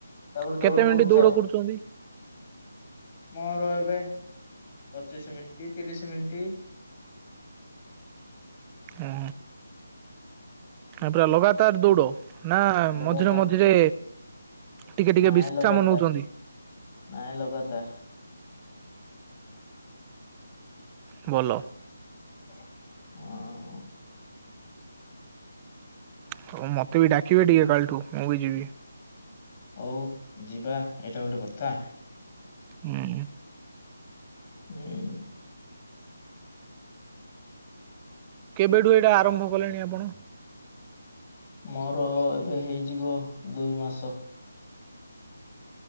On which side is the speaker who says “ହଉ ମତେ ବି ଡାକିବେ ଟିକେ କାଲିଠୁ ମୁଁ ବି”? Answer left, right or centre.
Right